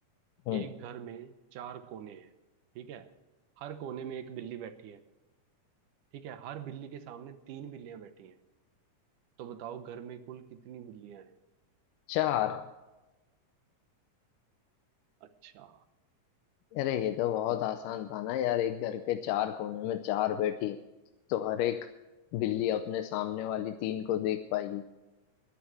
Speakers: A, on the left (about 80°); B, on the right (about 75°).
A: हम्म
B: एक घर में चार कोने हैं ठीक है हर कोने में एक बिल्ली बैठी है ठीक है हर बिल्ली के सामने तीन बिल्लियां बैठी हैं तो बताओ घर में कुल कितनी बिल्लियां हैं
A: चार
B: अच्छा
A: अरे ये तो बहुत
B: हम्म।
A: आसान था ना यार एक घर के चार कोने में चार बैठी है तो हर एक बिल्ली अपने सामने वाली तीन को देख पाएगी